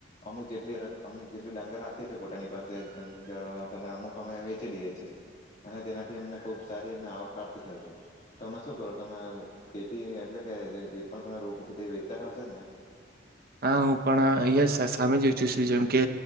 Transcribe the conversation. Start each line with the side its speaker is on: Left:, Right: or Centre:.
Left: અમુક જેટલી અમુક જેટલું ડાંગર રાખીએ છીએ પોતાની પાસે ઘર વાને અમુક અમે વેચી દઈએ અને તેનાથી અમને ખુબ સારી એમને આવક પ્રાપ્ત થાય છે તો તમે શું કરો તમે ખેતી એટલે કે પણ તમે રો તે વેચતા હશે જ ને
Right: હા હું પણ અહીિયાં સામે જ વેચું છું જેમ કે